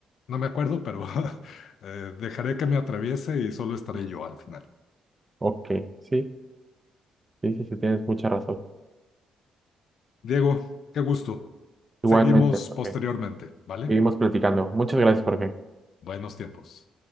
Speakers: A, on the left (about 65°); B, on the right (about 25°).
A: no me acuerdo, pero <laughs> eh, dejaré que me atraviese y solo estaré
B: Sí.
A: yo al final.
B: Ok, sí, sí, sí, sí, tienes mucha razón.
A: Diego, qué gusto.
B: Igualmente,
A: Seguimos
B: Jorge.
A: posteriormente, ¿vale?
B: Seguimos platicando. Muchas gracias, Jorge.
A: Buenos tiempos.